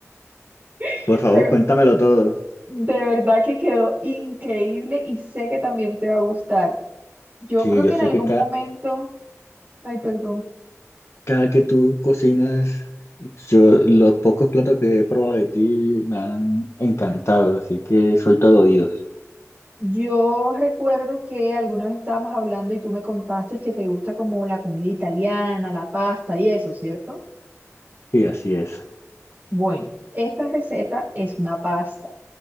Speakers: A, on the right; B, on the left.
A: <laughs>
B: por favor,
A: pero
B: cuéntamelo todo.
A: de verdad que quedó increíble y sé que también te va a gustar. Yo
B: Sí,
A: creo
B: yo
A: que en
B: sé
A: algún
B: que
A: momento, ay, perdón,
B: cada que tú cocinas, yo los pocos platos que he probado de ti me han encantado, así que soy todo oídos.
A: yo recuerdo que alguna vez estábamos hablando y tú me contaste que te gusta como la comida italiana, la pasta y eso, ¿cierto?
B: Sí, así es.
A: Bueno, esta receta es una pasta.